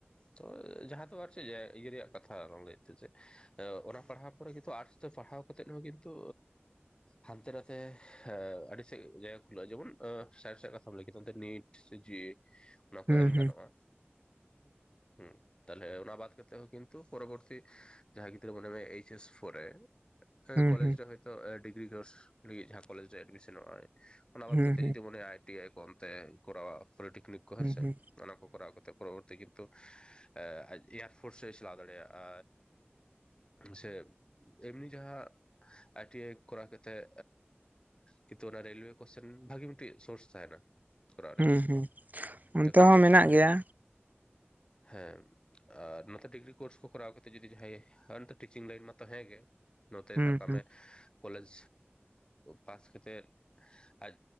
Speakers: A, on the left (about 20°); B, on the right (about 40°).
A: ᱛᱚ ᱡᱟᱦᱟᱸ ᱫᱚ ᱟᱨ ᱪᱮᱫ ᱤᱭᱟᱹ ᱨᱮᱭᱟᱜ ᱠᱟᱛᱷᱟ ᱞᱟᱝ ᱞᱟᱹᱭᱮᱫ ᱛᱮ ᱪᱮᱫ ᱡᱮ ᱚᱱᱟ ᱯᱟᱲᱦᱟᱣ ᱯᱚᱨᱮ ᱜᱮᱛᱚ ᱟᱨᱴᱥ ᱯᱟᱲᱦᱟᱣ ᱠᱟᱛᱮᱫ ᱦᱚᱸ ᱠᱤᱱᱛᱩ ᱦᱟᱱᱛᱮ ᱱᱟᱛᱮ ᱟᱹᱰᱤ ᱥᱮᱫ ᱡᱟᱭᱜᱟ ᱠᱷᱩᱞᱟᱹᱜᱼᱟ ᱡᱮᱢᱚᱱ ᱥᱟᱭᱮᱱᱥ ᱟᱜ ᱠᱟᱛᱷᱟᱢ ᱞᱟᱹᱭ ᱠᱮᱫᱟ ᱚᱱᱛᱮ ᱱᱤᱴ ᱡᱤ ᱚᱱᱟ ᱠᱚ
B: ᱦᱩᱸ
A: ᱮᱢ
B: ᱦᱩᱸ ᱦᱩᱸ
A: ᱜᱟᱱᱚᱜᱼᱟ ᱦᱮᱸ᱾ ᱛᱟᱦᱚᱞᱮ ᱚᱱᱟ ᱵᱟᱫ ᱠᱟᱛᱮᱜ ᱦᱚᱸ ᱠᱤᱱᱛᱩ ᱯᱚᱨᱚᱵᱚᱨᱛᱤ ᱡᱟᱦᱟᱸ ᱜᱤᱫᱽᱨᱟᱹ ᱢᱚᱱᱮ ᱢᱮ ᱮᱭᱤᱪ ᱮᱥ <unintelligible> ᱨᱮ
B: ᱦᱩᱸ
A: ᱠᱚᱞᱮᱡ
B: ᱦᱩᱸ ᱦᱩᱸ
A: ᱨᱮ ᱦᱚᱭᱛᱚ ᱰᱤᱜᱽᱨᱤ ᱠᱳᱨᱥ ᱞᱟᱹᱜᱤᱫ ᱡᱟᱦᱟᱸ ᱠᱚᱞᱮᱡ ᱨᱮ ᱮᱰᱢᱤᱥᱚᱱᱚᱜ ᱟᱭ ᱚᱱᱟ ᱵᱟᱫ
B: ᱦᱩᱸ ᱦᱩᱸ ᱦᱩᱸ ᱦᱩᱸ ᱦᱩᱸ
A: ᱠᱟᱛᱮᱫ
B: ᱦᱩᱸ
A: ᱡᱩᱫᱤ ᱢᱚᱱᱮ ᱟᱭ ᱟᱭ ᱴᱤ ᱟᱭ ᱠᱚ ᱚᱱᱛᱮ ᱠᱚᱨᱟᱣᱟ ᱯᱚᱞᱤᱴᱮᱠᱱᱤᱠ ᱠᱚ ᱦᱮᱸᱥᱮ
B: ᱦᱩᱸ
A: ᱚᱱᱟ ᱠᱚ ᱠᱚᱨᱟᱣ ᱠᱟᱛᱮ ᱯᱚᱨᱚᱵᱚᱨᱛᱤ ᱠᱤᱱᱛᱩ ᱟᱡ ᱮᱭᱟᱨ ᱯᱷᱳᱨᱥ ᱮ ᱪᱟᱞᱟᱣ ᱫᱟᱲᱮᱭᱟᱜᱼᱟ᱾ ᱥᱮ ᱮᱢᱱᱤ ᱡᱟᱦᱟᱸ ᱟᱭ ᱴᱤ ᱟᱭ ᱠᱚᱨᱟᱣ ᱠᱟᱛᱮᱫ ᱠᱤᱱᱛᱩ ᱚᱱᱟ ᱨᱮᱞᱚᱭᱮ ᱠᱚᱥᱮᱱ ᱵᱷᱟᱜᱤ ᱢᱤᱫᱴᱤᱡ ᱥᱳᱨᱥ ᱛᱟᱦᱮᱱᱟ᱾ ᱠᱚᱨᱟᱣ
B: ᱦᱩᱸ
A: ᱨᱮᱭᱟᱜ
B: ᱦᱩᱸ ᱚᱱᱟᱛᱮ
A: ᱪᱟᱹᱠᱨᱤ
B: ᱦᱚᱸ
A: ᱠᱷᱮᱛᱨᱮ
B: ᱢᱮᱱᱟᱜ ᱜᱮᱭᱟ᱾
A: ᱦᱮᱸ ᱦᱮᱸ ᱟᱨ ᱱᱚᱛᱮ ᱰᱤᱜᱽᱨᱤ ᱠᱳᱨᱥ ᱠᱚ ᱠᱚᱨᱟᱣ ᱠᱟᱛᱮᱜ ᱡᱚᱫᱤ ᱡᱟᱦᱟᱸ <unintelligible> ᱢᱟᱛᱚ ᱦᱮᱸᱜᱮ᱾ ᱱᱚᱛᱮ
B: ᱦᱩᱸ
A: ᱥᱟᱵ ᱠᱟᱜ
B: ᱦᱩᱸ
A: ᱢᱮ ᱠᱚᱞᱮᱡᱽ ᱯᱟᱥ ᱠᱟᱛᱮᱫ᱾ ᱟᱨ